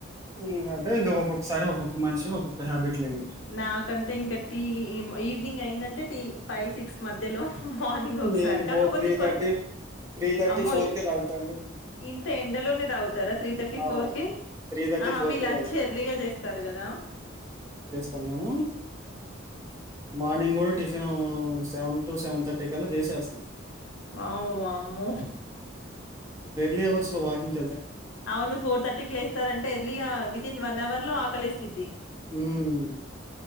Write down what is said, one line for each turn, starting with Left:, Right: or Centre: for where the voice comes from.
Right: <unintelligible> అదే ఒక్కొక్కసారి ఒక్కొక్క మనిషి ఒక్కొక్క హ్యాబిట్ లేండి
Left: నాకంటే ఇంకా టీ మై ఈవినింగ్ అయ్యింది అంటే టీ ఫైవ్ సిక్స్ మధ్యలో మార్నింగ్ ఒకసారి
Right: నేను
Left: కాకపోతే
Right: ఫోర్ త్రీ
Left: కొన్
Right: థర్టీ త్రీ థర్టీ
Left: అమ్మాయ్,
Right: ఫోర్ కే తాగుతా అండి
Left: ఇంత ఎండలోనే తాగుతారా త్రీ థర్టీ
Right: ఆ
Left: ఫోర్ కే.
Right: త్రీ థర్టీ
Left: ఆహా
Right: ఫోర్
Left: మీరు
Right: కే
Left: లంచ్
Right: తాగుతా
Left: ఎర్లీగా చేస్తారు కదా?
Right: ఫంగారుము మోర్నీ ఇంకో tiffin seven to seven thirty కల్లా చేసేస్తాం
Left: అ వామ్మో
Right: లే అవర్స్‌లో వాకింగ్
Left: అవును ఫోర్ థర్టీకి లేస్తారు అంటే ఎర్లీగా వి వితిన్ వన్ అవర్ లో ఆకలేసిద్ది
Right: హ్మ్మ్